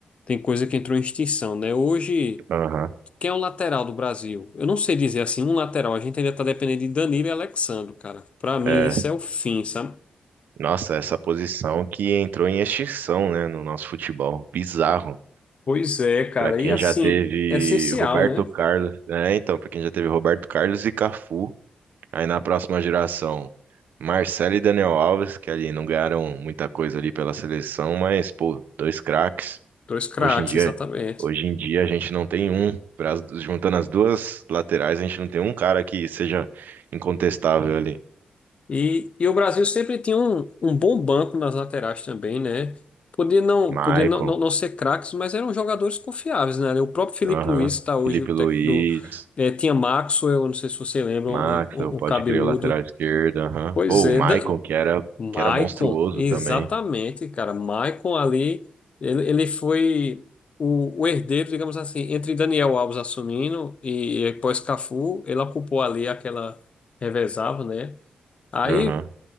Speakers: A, on the left (about 40°); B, on the right (about 85°).
A: tem coisa que entrou em extinção, né? Hoje.
B: aham.
A: Quem é o lateral do Brasil? Eu não sei dizer assim, um lateral. A gente ainda tá dependendo de Danilo e Alexandro, cara. Pra mim,
B: É.
A: isso é o fim, sabe?
B: Nossa, essa posição que entrou em extinção, né, no nosso futebol. Bizarro.
A: Pois é, cara.
B: Pra quem
A: E assim,
B: já teve
A: é essencial,
B: Roberto
A: né?
B: Carlos, é, então, pra quem já teve Roberto Carlos e Cafu, aí na próxima geração, Marcelo e Daniel Alves, que ali não ganharam muita coisa ali pela seleção, mas pô, dois craques.
A: Dois craques,
B: Hoje em dia,
A: exatamente.
B: hoje em dia a gente não tem um, pras- juntando as duas laterais, a gente não tem um cara que seja incontestável ali.
A: E, e o Brasil sempre tinha um, um bom banco nas laterais também, né? Podia não,
B: Maicon,
A: podia não, não, não ser craques, mas eram jogadores confiáveis, né? O próprio Felipe
B: aham,
A: Luiz está hoje,
B: Felipe
A: o técnico
B: Luiz,
A: do. eh, tinha Maxwell, eu não sei se você lembra,
B: Maxwell,
A: o um, um-
B: pode
A: um cabeludo.
B: crer, o lateral esquerdo, aham.
A: Pois
B: Pô,
A: é,
B: o Maicon
A: Da-
B: que era
A: Maicon,
B: que era monstruoso
A: exatamente,
B: também.
A: cara. Maicon ali, ele, ele foi o, o herdeiro, digamos assim, entre Daniel Alves assumindo e, e pós Cafu, ele ocupou ali aquela revezava, né? Aí,
B: Aham,